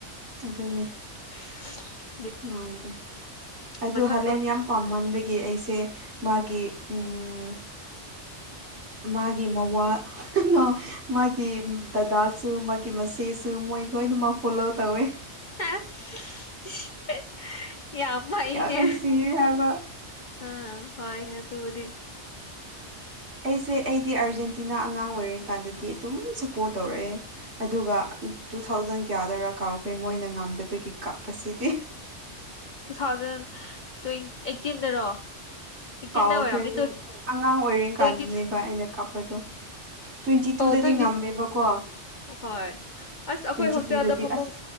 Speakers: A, on the right (about 65°); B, on the left (about 45°).
A: ꯑꯗꯨꯅꯦ
B: <inaudible>
A: ꯃꯥꯟꯗꯦ ꯑꯗꯨ
B: ꯃꯁꯛꯇꯣ
A: ꯍꯂꯦꯟ ꯌꯥꯝ ꯄꯥꯝꯃꯟꯕꯒꯤ ꯑꯩꯁꯦ ꯃꯥꯒꯤ ꯎꯝ ꯃꯥꯒꯤ ꯃꯋꯥ ꯅꯣ ꯃꯥꯒꯤ ꯗꯗꯥꯁꯨ ꯃꯥꯒꯤ ꯃꯆꯦꯁꯨ ꯃꯣꯏ ꯂꯣꯏꯅꯃꯛ ꯐꯣꯂꯣ ꯇꯧꯋꯦ
B: ꯑꯁ ꯌꯥꯝ ꯍꯩꯅꯦ
A: ꯅꯨꯡꯁꯤꯌꯦ ꯍꯥꯏꯕ
B: ꯑꯥ ꯍꯣꯏ ꯑꯗꯨꯕꯨꯗꯤ
A: ꯑꯩꯁꯦ ꯑꯩꯗꯤ ꯑꯥꯔꯖꯦꯟꯇꯤꯅꯥ ꯑꯉꯥꯡ ꯑꯣꯏꯔꯤꯡ ꯀꯥꯟꯗꯗꯤ ꯑꯗꯨꯝ ꯁꯞꯄꯣꯔꯠ ꯇꯧꯔꯛꯑꯦ ꯑꯗꯨꯒ ꯇꯨ ꯊꯥꯎꯖꯟ ꯀꯌꯥꯗꯔꯥ ꯀꯥꯎꯈ꯭ꯔꯦ ꯃꯣꯏꯅ ꯉꯝꯗꯕꯒꯤ ꯀꯞꯄꯁꯤꯗꯤ
B: ꯇꯨ ꯊꯥꯎꯖꯟ ꯇ꯭ꯋꯦꯟ ꯑꯩꯠꯇꯤꯟꯗꯔꯣ ꯑꯩꯠꯇꯤꯟꯗ
A: ꯀꯥꯎꯈ꯭ꯔꯦ
B: ꯑꯣꯏꯔꯝꯅꯤ
A: ꯗꯨ ꯑꯉꯥꯡ ꯑꯣꯏꯔꯤꯡꯀꯥꯟꯗꯅꯦ
B: ꯇ꯭ꯋꯦꯟꯇꯤ
A: ꯑꯩꯅ ꯀꯞꯄꯗꯣ ꯇ꯭ꯋꯦꯟꯇꯤ ꯇꯨꯗꯗꯤ
B: ꯑꯣ ꯇ꯭ꯋꯦꯟꯇꯤ
A: ꯉꯝꯃꯦꯕꯀꯣ
B: ꯍꯣꯏ ꯑꯁ ꯑꯩꯈꯣꯏ
A: ꯇ꯭ꯋꯦꯟꯇꯤ
B: ꯍꯣꯁꯇꯦꯜꯗ
A: ꯇꯨꯗꯗꯤ
B: ꯐꯃꯨꯡ
A: ꯑꯁ